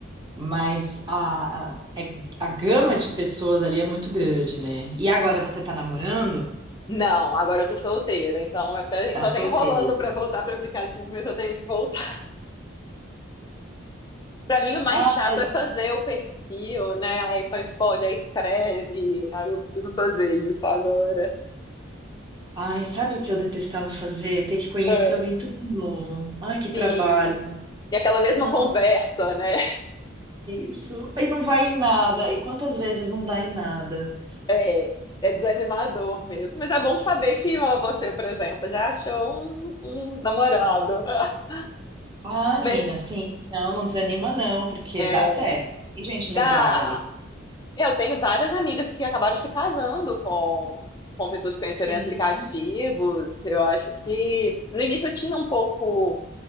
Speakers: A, on the right; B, on the left.
A: Mas a, a, é- a gama de pessoas ali é muito grande, né? E agora você tá namorando?
B: Não, agora eu tô solteira, então eu até,
A: Tá
B: tô até
A: solteira.
B: enrolando pra voltar para aplicativo, mas eu tenho que voltar. Pra mim, o mais
A: Ai,
B: chato é fazer o perfil, né? Aí põe foto, aí escreve. Aí eu preciso fazer isso agora.
A: ai, sabe o que eu detestava fazer? Ter que conhecer
B: É.
A: alguém tudo de novo. Ai, que trabalho.
B: Sim. E aquela mesma
A: Não,
B: conversa, né?
A: isso. Aí não vai em nada. E quantas vezes não dá em nada?
B: É, é desanimador mesmo. Mas é bom saber que ó, você, por exemplo, já achou um, um namorado. <laughs>
A: Ah,
B: Mas
A: menina, sim. Não, não desanima não, porque
B: é,
A: dá certo. Tem gente
B: dá.
A: legal ali.
B: Eu tenho várias amigas que acabaram se casando com, com pessoas que conheceram
A: Sim.
B: em aplicativos. Eu acho que no início eu tinha um pouco